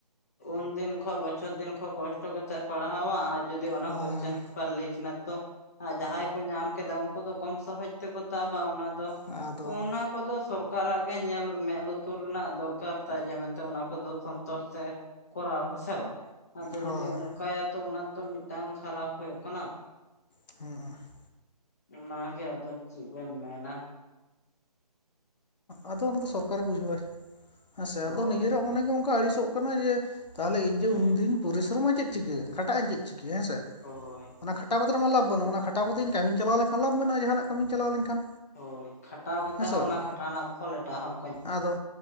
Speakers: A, on the left; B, on the left.
A: ᱩᱱᱫᱤᱱ ᱠᱷᱚᱡ ᱵᱚᱪᱷᱚᱨ ᱫᱤᱱ ᱠᱷᱚᱡ ᱠᱚᱥᱴᱚ ᱠᱟᱛᱮᱜ ᱯᱟᱲᱦᱟᱣᱟ ᱟᱨ ᱡᱩᱫᱤ ᱚᱱᱟ
B: ᱦᱳᱭ
A: ᱠᱚᱥᱪᱮᱱ ᱯᱮᱯᱟᱨᱞᱤᱠ ᱱᱟ ᱛᱚ ᱟᱨ ᱡᱟᱦᱟᱸᱭ ᱠᱚ ᱧᱟᱢ ᱠᱮᱫᱟ ᱩᱱᱠᱩ ᱫᱚ ᱠᱚᱢ ᱥᱚᱦᱚᱡ ᱛᱮᱠᱚ ᱛᱟᱵᱟ ᱚᱱᱟ ᱫᱚ᱾
B: ᱟᱫᱚ
A: ᱚᱱᱟ ᱠᱚᱫᱚ ᱥᱚᱨᱠᱟᱨᱟᱜ ᱜᱮ ᱧᱮᱞ ᱢᱮᱸᱫ ᱞᱩᱛᱩᱨ ᱨᱮᱱᱟᱜ ᱫᱚᱨᱠᱟᱨ ᱛᱟᱭ ᱡᱮ ᱢᱮᱱᱛᱮ ᱚᱱᱟ ᱠᱚ ᱥᱚᱱᱛᱚᱨ ᱛᱮ ᱠᱚᱨᱟᱣ ᱦᱮᱸ ᱥᱮ ᱵᱟᱝ ᱟᱫᱚ
B: ᱦᱳᱭ
A: ᱡᱩᱫᱤ ᱚᱱᱠᱟᱭᱟ ᱛᱚ ᱚᱱᱟ ᱛᱚ ᱢᱤᱫᱴᱟᱝ ᱠᱷᱟᱨᱟᱯ ᱦᱳᱭᱳᱜ ᱠᱟᱱᱟ᱾
B: <inaudible>
A: ᱚᱱᱟ ᱜᱮ ᱟᱫᱚ ᱪᱤᱫ ᱵᱤᱱ ᱢᱮᱱᱟ,
B: ᱟᱫᱚ ᱚᱱᱟ ᱫᱚ ᱥᱚᱨᱠᱟᱨ ᱮ ᱵᱩᱡᱷᱟᱹᱣᱟᱭ ᱦᱮᱸᱥᱮ
A: ᱦᱳᱭ
B: ᱟᱫᱚ ᱱᱤᱡᱮᱨᱟᱜ ᱢᱚᱱᱮ ᱜᱮ ᱚᱱᱠᱟ ᱟᱹᱲᱤᱥᱚᱜ ᱠᱟᱱᱟ ᱡᱮ ᱛᱟᱦᱞᱮ ᱤᱧ ᱡᱮ
A: ᱦᱮᱸ
B: ᱩᱱᱫᱤᱱ ᱯᱚᱨᱤᱥᱨᱚᱢᱟ ᱪᱮᱫ ᱪᱤᱠᱟᱹ ᱠᱷᱟᱴᱟᱜ ᱟᱹᱧ ᱪᱮᱫ ᱪᱤᱠᱟᱹ ᱦᱮᱸ ᱥᱮ
A: ᱦᱚᱭ
B: ᱚᱱᱟ ᱠᱷᱟᱴᱟᱣ ᱠᱟᱛᱮ ᱢᱟ ᱞᱟᱵᱷ ᱵᱟᱹᱱᱩᱜ ᱚᱱᱟ ᱠᱷᱟᱴᱟᱣ ᱠᱟᱛᱮ ᱤᱧ ᱠᱟᱹᱢᱤᱧ ᱪᱟᱞᱟᱣ ᱞᱮᱱᱠᱷᱟᱱ ᱞᱟᱵᱷ ᱢᱮᱱᱟᱜᱼᱟ ᱡᱟᱦᱟᱸᱱᱟᱜ ᱠᱟᱹᱢᱤᱢ ᱪᱟᱞᱟᱣ ᱞᱮᱱᱠᱷᱟᱱ᱾
A: ᱦᱚᱭ ᱠᱷᱟᱴᱟᱣ ᱠᱟᱛᱮ
B: ᱦᱮᱸ ᱥᱮ
A: ᱦᱚᱸ
B: ᱵᱟᱝ
A: ᱚᱱᱟ ᱠᱷᱟᱴᱟᱣ ᱨᱮᱱᱟᱜ ᱯᱷᱚᱞ ᱮᱴᱟᱜ ᱦᱚᱲᱼᱼ
B: ᱟᱫᱚ,